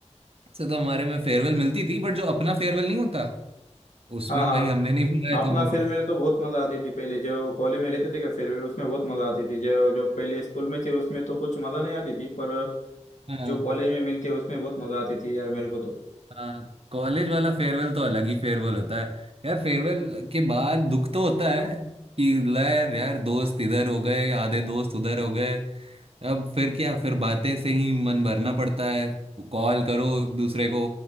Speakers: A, on the right; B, on the left.
A: से तो हमारे में फेयरवेल मिलती थी बट जो अपना फेयरवेल नहीं होता उसमें
B: हाँ हाँ
A: भाई
B: हाँ।
A: हमने नहीं बुलाया
B: अपना
A: था उनको
B: फेयरवेल में तो बहुत मजा आती थी पहले जो कॉलेज में रहते थे क्या फेयरवेल उसमें बहुत मजा आती थी जो जो पहले स्कूल में थे उसमें तो कुछ मजा नहीं आती थी पर
A: हाँ
B: जो कॉलेज में मिलते उसमें बहुत मजा आती थी यार मेरे को तो
A: हाँ कॉलेज वाला फेयरवेल तो अलग ही फेयरवेल होता है यार फेयरवेल के बाद दुख तो होता है कि यार यार दोस्त इधर हो गए आधे दोस्त उधर हो गए अब फिर क्या फिर बातें से ही मन भरना पड़ता है कॉल करो एक दूसरे को